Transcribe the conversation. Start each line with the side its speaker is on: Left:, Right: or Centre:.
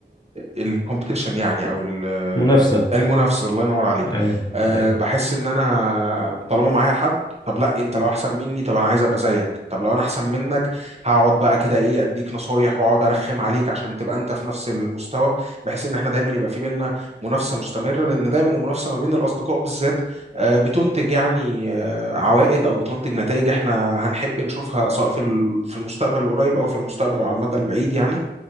Right: الكومبيتيشن يعني او ال-
Left: منافسة
Right: المنافسه الله ينور عليك
Left: أيوه
Right: أه
Left: أيوه
Right: بحس ان انا طالما معايا حد طب لا انت لو احسن مني طب انا عايز ابقى زيك طب لو انا احسن منك هقعد بقى كده ايه اديك نصايح واقعد ارخم عليك عشان تبقى انت في نفس المستوى بحيث ان احنا دايما يبقى في بينا منافسه مستمره لان دايما المنافسه ما بين الاصدقاء بالذات آه، بتنتج يعني آه، عوائد او بتنتج نتائج احنا هنحب نشوفها سواء في ال- في المستقبل القريب او في المستقبل او على المدى البعيد يعني